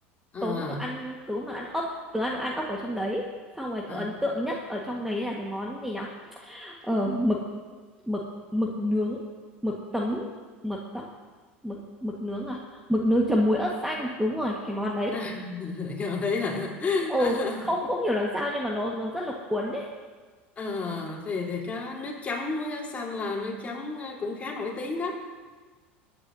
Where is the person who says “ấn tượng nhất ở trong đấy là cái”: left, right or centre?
Centre